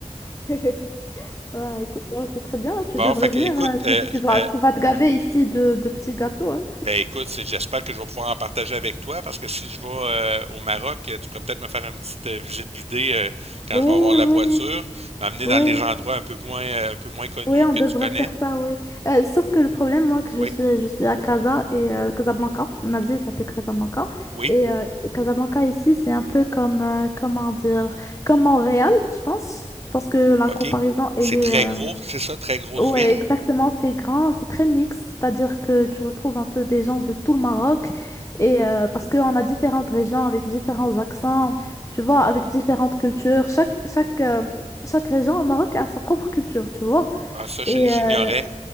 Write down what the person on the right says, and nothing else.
Bon,
fait que,
écoute,
euh,
euh,
ben écoute, c'est- j'espère que je vais pouvoir en partager avec toi parce que si je vais euh, au Maroc, euh, tu pourrais peut-être me faire une petite euh, visite guidée euh, quand
je vais avoir la
voiture, m'amener
dans les endroits un peu moins, euh, un peu moins connus
que
tu connais.
Oui.
Oh.
Oui,
OK.
C'est
très
gros, c'est ça, très grosse
ville?
Ah, ça, j'ai-
j'ignorais.